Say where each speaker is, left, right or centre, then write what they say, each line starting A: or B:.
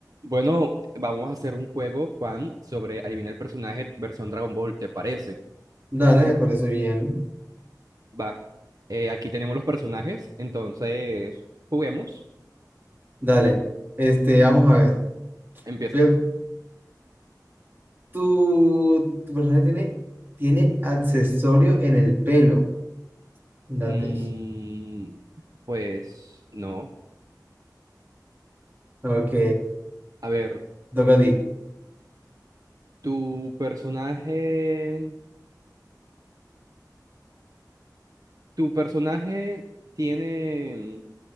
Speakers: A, on the right (about 55°); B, on the right (about 30°).
A: Bueno, vamos a hacer un juego, Juan, sobre adivina el personaje versión Dragon Ball, ¿te parece?
B: Dale, me parece bien.
A: Va. Eh, aquí tenemos los personajes, entonces juguemos.
B: Dale. Este, vamos a ver.
A: Empiezas.
B: Ve- Tu, tu personaje tiene, tiene accesorio en el pelo. Date
A: Mm,
B: eso.
A: pues no.
B: Ok.
A: A ver,
B: Toca a ti.
A: tu personaje, tu personaje tiene,